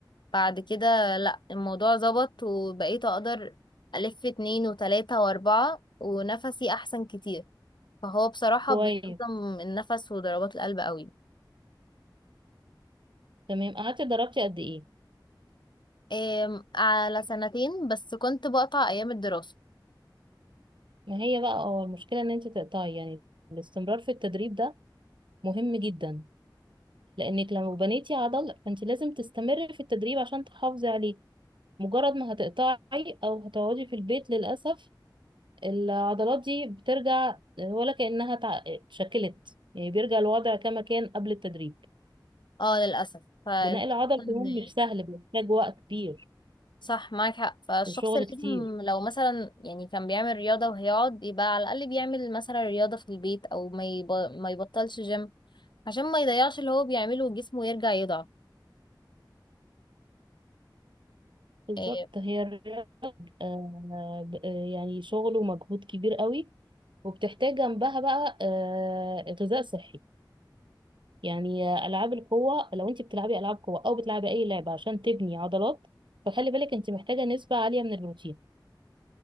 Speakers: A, on the left; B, on the right.
A: بعد كده لا الموضوع ظبط وبقيت اقدر الف اتنين وتلاتة واربعة ونفسي احسن كتير فهو بصراحة
B: كويس
A: بينظم النفس وضربات القلب قوي
B: تمام قعدتي اتدربتي قد ايه
A: إيه على سنتين بس كنت بقطع ايام الدراسة
B: ما هي بقى اه المشكلة ان انت تقطعي يعني الاستمرار في التدريب ده مهم جدا لانك لو بنيتي عضل فانت لازم تستمري في التدريب عشان تحافظي عليه مجرد ما هتقطعي او هتقعدي في البيت للأسف العضلات دي بترجع آه، ولا كأنها تع- اتشكلت يعني بيرجع الوضع كما كان قبل التدريب
A: اه للأسف فالفكرة
B: بناء العضل
A: إن-
B: كمان مش سهل بيحتاج وقت كبير
A: صح معاك حق فالشخص
B: وشغل
A: لازم
B: كتير
A: لو مثلا يعني كان بيعمل رياضة وهيقعد يبقى على الأقل بيعمل مثلا رياضة في البيت أو ما يب... ما يبطلش جيم عشان ما يضيعش اللي هو بيعمله وجسمه يرجع يضعف
B: بالظبط
A: إيه
B: هي الرياضة آه، ب- آه، يعني شغل ومجهود كبير قوي وبتحتاج جنبها بقى آه، غذاء صحي يعني آه، ألعاب القوة لو انت بتلعبي ألعاب قوة أو بتلعبي أي لعبة عشان تبني عضلات فخلي بالك انت محتاجة نسبة عالية من البروتين